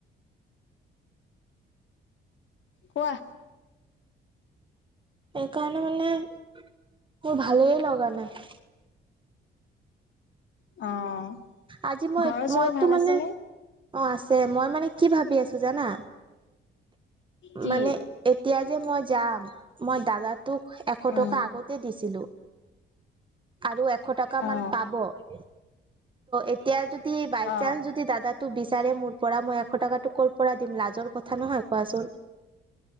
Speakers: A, on the left; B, on the right.
A: কোৱা।
B: সেইকাৰণে মানে মোৰ ভালেই লগা নাই।
A: অ'।
B: আজি মই
A: ঘৰৰ চবৰে
B: মইতো
A: ভাল
B: মানে।
A: আছেনে
B: অ' আছে মই মানে কি ভাবি আছো জানা
A: কি
B: মানে এতিয়া যে মই যাম মই দাদাটোক এশ
A: উম
B: টকা আগতে দিছিলো। আৰু এশ টকা
A: অ
B: মান পাব ত' এতিয়া যদি বাই
A: অ
B: চান্স যদি দাদা ত বিচাৰে মোৰ পৰা মই এশ টকাটো ক'ৰ পৰা দিম লাজৰ কথা নহয় কোৱাচোন।